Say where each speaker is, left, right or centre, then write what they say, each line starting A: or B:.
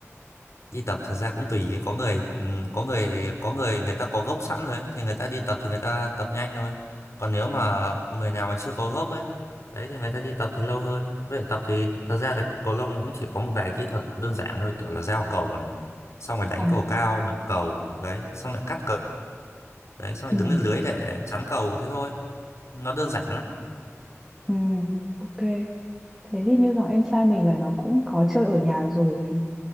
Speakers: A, on the left; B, in the centre.
A: đi tập thật ra cũng tùy có người ừm, có người có người người ta có gốc sẵn rồi ấy, thì người ta đi tập thì người ta tập nhanh thôi còn nếu mà người nào mà chưa có gốc ấy đấy thì người ta đi tập thì lâu hơn vậy tập thì thật ra là cầu lông nó cũng chỉ có một vài kỹ thuật đơn giản thôi kiểu là giao cầu này xong rồi đánh
B: Ờ.
A: cầu cao đập cầu đấy xong lại cắt cầu đấy xong
B: Ừ.
A: rồi đứng lên lưới để chắn cầu thế thôi nó đơn giản lắm
B: Ừ. Ok. Thế thì như thằng em trai mình là nó cũng có chơi ở nhà rồi thì